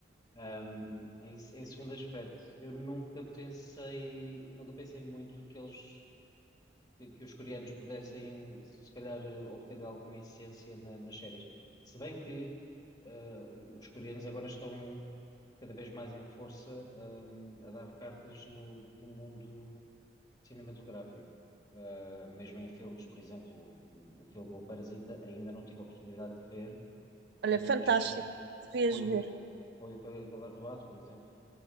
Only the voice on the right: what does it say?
Olha,
fantástico,
devias
ver.